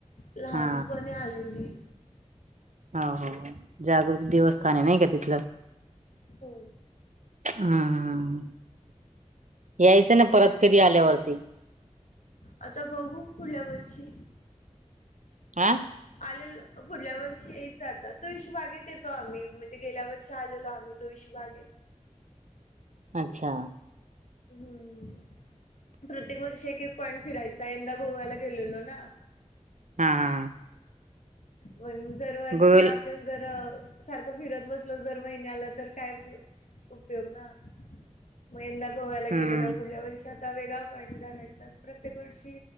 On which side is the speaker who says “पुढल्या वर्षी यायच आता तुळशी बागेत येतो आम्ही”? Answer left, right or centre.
Left